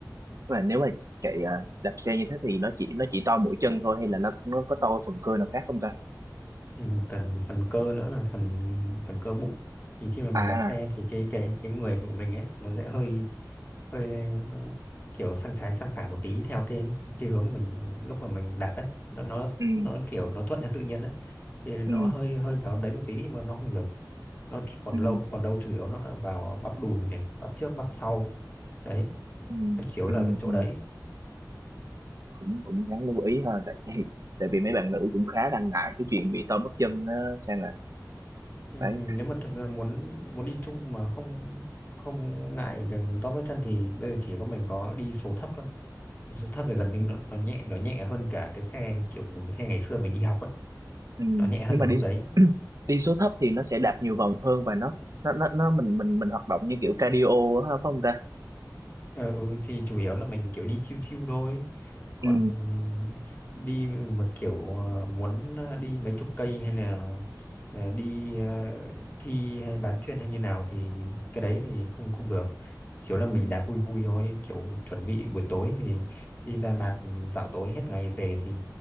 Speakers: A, on the right (about 50°); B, on the left (about 25°).
A: mà nếu mà chạy à, đạp xe như thế thì nó chỉ nó chỉ to mỗi chân thôi hay là nó nó có to phần cơ nào khác không ta
B: ừ, phần phần cơ nữa là phần phần cơ bụng thì khi mà mình
A: à
B: đạp xe thì cái cái cái người của mình ấy nó sẽ hơi hơi ờ, kiểu sang trái sang phải một tí theo cái cái hướng mình lúc mà mình đạp ấy nó nó
A: ừ
B: nó kiểu nó thuận theo tự nhiên đấy thì nó
A: ừ
B: hơi hơi vào đấy một tí nhưng mà nó không nhiều nó còn
A: ừ
B: lâu còn đâu chủ yếu nó là vào bắp đùi này bắp trước bắp sau đấy
A: ừ
B: nó chủ yếu
A: ừ
B: là chỗ
A: ừ.
B: đấy
A: cũng cũng đáng lưu ý ha tại vì tại vì mấy bạn nữ cũng khá đang ngại cái chuyện bị to bắp chân á, sang rồi
B: ừ,
A: đấy
B: nếu mà thực ra muốn muốn đi chung mà không không ngại việc to bắp chân thì bây giờ chỉ có mình có đi số thấp thôi số thấp thì gần như
A: <laughs>
B: nó, nó nhẹ nó nhẹ hơn cả cái xe kiểu mình cái xe ngày xưa mình đi học ấy
A: ừ.
B: nó nhẹ hơn
A: nhưng
B: cả
A: mà
B: mức
A: đi
B: đấy
A: <clears throat> đi số thấp thì nó sẽ đạp nhiều vòng hơn và nó nó nó, nó mình mình mình hoạt động như kiểu cardio á phải không ta
B: ờ, ừ, thì chủ yếu là mình kiểu đi chill chill thôi còn
A: ừ.
B: đi mà kiểu ờ, muốn ờ, đi mấy chục cây hay là ờ, đi ờ, thi hay bán chuyên hay như nào thì cái đấy thì không không được chỉ là mình
A: Ừ.
B: đạp vui vui thôi kiểu chuẩn bị buổi tối thì đi ra đạp dạo tối hết ngày về thì,